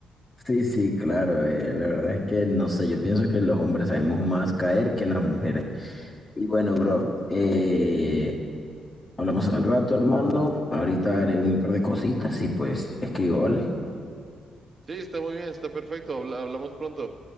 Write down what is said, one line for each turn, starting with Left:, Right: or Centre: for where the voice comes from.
Left: Sí, sí, claro. eh, la verdad es que no sé, yo pienso que los hombres sabemos más caer que las mujeres. Y bueno, bro, eh, hablamos al rato, hermano. Ahorita haré un par de cositas y pues te escribo, ¿vale?
Right: Sí, está muy bien, está perfecto, habla- hablamos pronto.